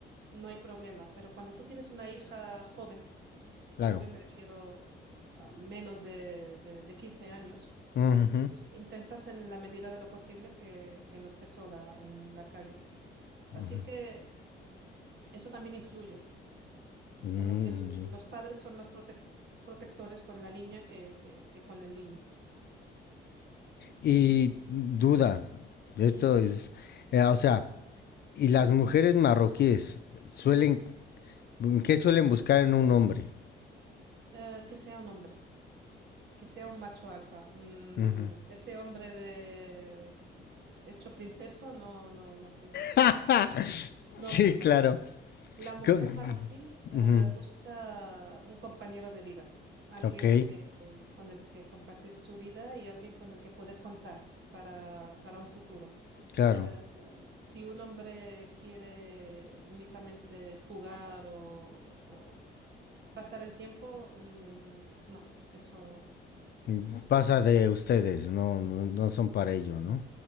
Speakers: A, on the right; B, on the left.
A: no hay problema, pero cuando tú tienes una hija joven, joven
B: claro.
A: me refiero a menos de, de, de 15 años,
B: Ujú,
A: Pues intentas en la medida de lo posible que, que no estés sola en la calle. Así
B: ujú.
A: que eso también influye,
B: Mm,
A: como que el- los padres son más protec- protectores con la niña que, que- que con el niño.
B: y duda, esto
A: Ujú,
B: es, eh, o sea, y las mujeres marroquíes suelen,
A: ujú.
B: ¿qué suelen buscar en un hombre?
A: Eh, que sea un hombre, que sea un macho alfa. Mm,
B: Ujú.
A: ese hombre de hecho princeso no, no, no, no,
B: <laughs>
A: no
B: Sí,
A: gusta.
B: claro.
A: La mujer
B: Co-
A: marroquí eh,
B: ujú,
A: busca un compañero de vida, alguien
B: Ok,
A: que, eh, con el que compartir su vida y alguien con el que poder contar para, para un futuro.
B: claro.
A: Eh, eh, si un hombre quiere únicamente jugar o, o pasar el tiempo, mm, no, eso,
B: Mm,
A: eso. no.
B: Pasa de ustedes, no, no, no son para ello, ¿no?